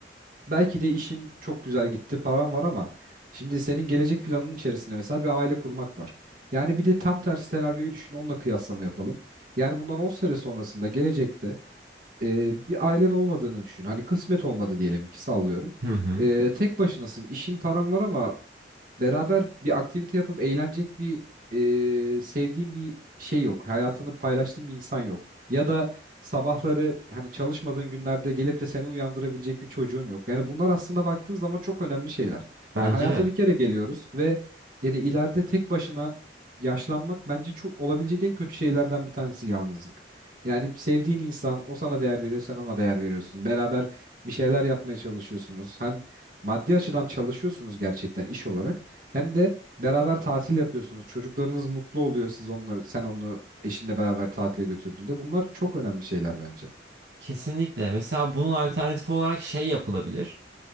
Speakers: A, on the right; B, on the right.
A: belki de işin çok güzel gitti, paran var ama şimdi senin gelecek planının içerisinde mesela bir aile kurmak var. Yani bir de tam tersi senaryoyu düşün, onunla kıyaslama yapalım. Yani bundan 10 sene sonrasında gelecekte e, bir ailen olmadığını düşün. Hani kısmet olmadı diyelim ki sallıyorum.
B: Hı hı.
A: E, tek başınasın, işin paran var ama beraber bir aktivite yapıp eğlenecek bir e, sevdiğim bir şey yok. Hayatını paylaştığın bir insan yok. Ya da sabahları hani çalışmadığın günlerde gelip de seni uyandırabilecek bir çocuğun yok. Yani bunlar aslında baktığın zaman çok önemli şeyler.
B: Bence
A: Ya hayata
B: de.
A: bir kere geliyoruz ve yani ileride tek başına yaşlanmak bence çok olabilecek en kötü şeylerden bir tanesi yalnızlık. Yani sevdiğin insan o sana değer veriyor, sen ona değer veriyorsun. Beraber bir şeyler yapmaya çalışıyorsunuz. Hem maddi açıdan çalışıyorsunuz gerçekten iş olarak. Hem de beraber tatil yapıyorsunuz. Çocuklarınız mutlu oluyor siz onları, sen onu eşinle beraber tatile götürdüğünde. Bunlar çok önemli şeyler bence.
B: Kesinlikle. Mesela bunun alternatifi olarak şey yapılabilir.